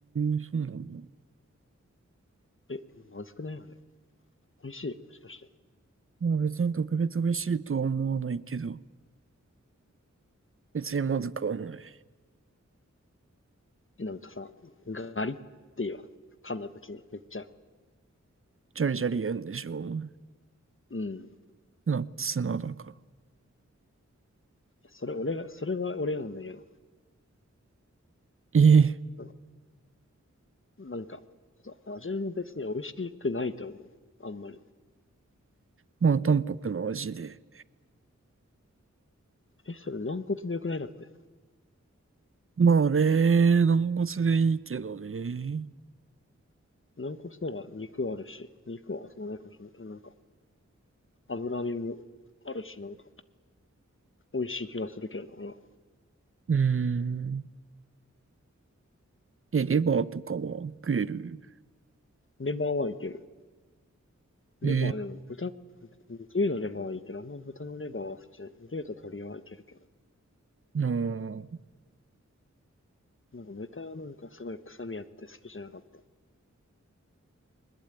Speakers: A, on the right; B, on the left.
A: えそうなんだ。
B: え、まずくないあれ。美味しいもしかして。
A: まあ別に特別美味しいとは思わないけど、別にまずくはない。
B: えなんかさ、ガリって言わん。噛んだ時に、めっちゃ。
A: ジャリジャリ言うんでしょ
B: うん。
A: ナッツなだから。
B: それ、俺が、それは俺なんだけど。
A: ええ
B: なんか、なんかそう味も別に美味しくないと思う。あんまり。
A: まあ淡白な味で。
B: え、それ軟骨でよくないだって。
A: まあね、軟骨でいいけどね。
B: 軟骨なら肉あるし、肉はそのないかもしれないけど、なんか、脂身もあるし、なんか、美味しい気がするけどな、俺は。
A: うーん。え、レバーとかは食える
B: レバーはいける。レバー、
A: ええ
B: でも豚、牛のレバーはいけるあんま豚のレバーは好きじゃない。牛と鶏はいけるけど。
A: なあ。
B: なんか豚はなんかすごい臭みあって好きじゃなかった。